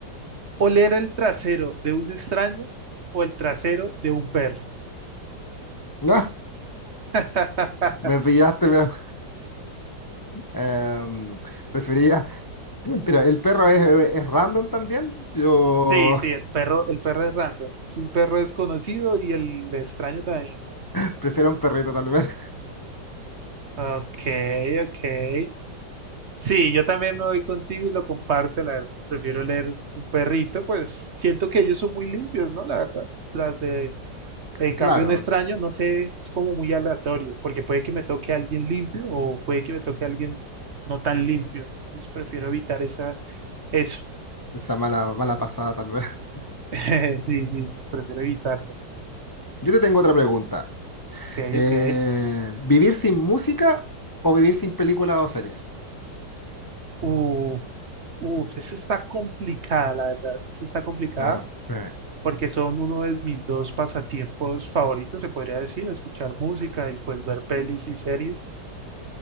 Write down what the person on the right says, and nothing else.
oler el trasero de un extraño o el trasero de un perro.
<laughs>
Sí, sí, el perro, el perro es random. Es un perro desconocido y el extraño también.
Ok, ok. Sí, yo también me voy contigo y lo comparto, la verdad. Prefiero leer un perrito, pues siento que ellos son muy limpios, ¿no? La verdad. Las de, en cambio,
un extraño,
no sé, es como muy aleatorio, porque puede que me toque a alguien limpio o puede que me toque a alguien no tan limpio. Entonces prefiero evitar esa, eso.
<laughs> Sí, sí, sí, prefiero evitarlo.
Ok,
ok.
Uh, uh, esa está complicada, la verdad. Esa está complicada
porque son uno de mis dos pasatiempos favoritos, se podría decir, escuchar música y pues ver pelis y series.